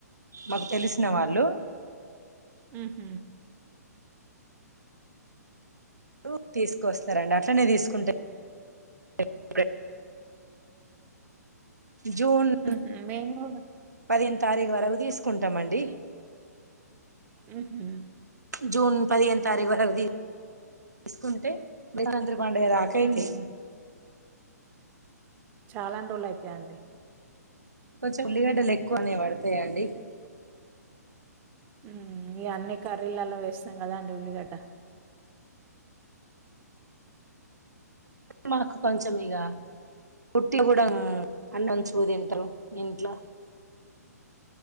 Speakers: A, on the right; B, on the right.
A: మాకు తెలిసిన వాళ్ళు
B: ఆ హ
A: రూ తీసుకొస్తారండి అట్ల నేేన్ తీసుకుంట <inaudible> జూన్
B: హుహు. మేము
A: పదిన్ తారీఖు వరకు తీసుకుంటామండి
B: హ్మ్ హు
A: జూన్ పదిహేను తారీఖు వరకు తీస్ కుంటే <inaudible> రాత్రి పండగా దాక
B: హ్మ్.
A: అయితై
B: చాలాండోలు అయితై అండి
A: కొంచెం ఉల్లిగడ్డలు ఎక్కువనే పడతాయండి
B: మ్మ్ ఈ అన్ని కర్రీలలో వేస్తాం కదా అండి ఉల్లిగడ్డ
A: మాకు కొంచెం ఇగా ఉట్టి కూడా అన్నం చూ తింటారు ఇంట్లో